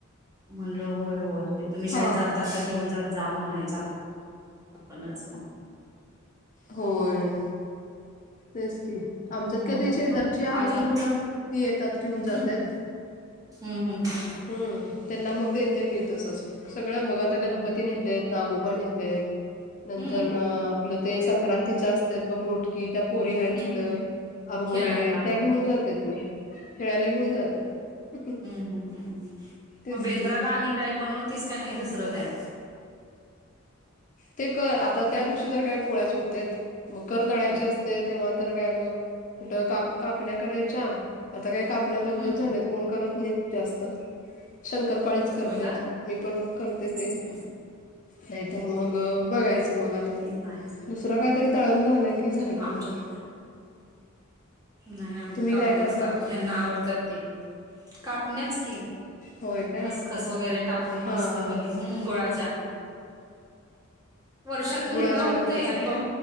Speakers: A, on the right; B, on the left.
A: म्हणलं होय होय होय तुम्ही शाळेत
B: हा
A: जातासा
B: हा.
A: घेऊन जात जा म्हणायच आपणच मग.
B: होय तेच की. आमच्यात
A: मग
B: काय ते शेजारची आहेत
A: अजून
B: पोरं ती येतात घेऊन जातात
A: हम्म हम्म हम् ह्
B: हम् त्यांना मग देते मी तसच मग सगळं मग आता गणपती नेतेत नागोबा नेतेत नंतर
A: हम्म
B: आपलं ते संक्रांतीच्या असतात बघ लोट कि त्या पोरी ह तिथं
A: हम्म
B: आरू
A: खेळायला
B: वगैरे त्या घेऊन जातेत खेळायला घेऊन जात्यात
A: ह् ह्
B: तेच
A: मग बेंद्राला
B: की.
A: आणि काय बनवतेस का नाही दुसरं काय
B: ते कर आता त्या दिवशी जर काय पोळ्याच होतेत मग कर
A: हम्म
B: तळाायचे असते तेव्हा तर काय मग कुठ का कापण्या करायच्या आता काय कापण्या बंदच
A: हम्म
B: झाल्यात कोण करत नाही जास्त शपाळी करतेत
A: होय का
B: मी पण मग करते
A: हम्म
B: ते नाहीतर मग बघायच मग आणि
A: हम्म नाही
B: दुसरं काहीतरी तळण झालं की झालं
A: आमच्यात
B: मग
A: नाही आम
B: तुम्ही
A: कापण्यास
B: काय करता
A: लाग ह्यांना आवडतात ते कापण्याच की
B: होय काय
A: खसखस वगैरे टाकून
B: हा
A: मस्त
B: हा
A: बरी. हम् ोळाच्या वर्षातून
B: गुळाच्या
A: एकदा होतय
B: करतेस
A: आणि.
B: काय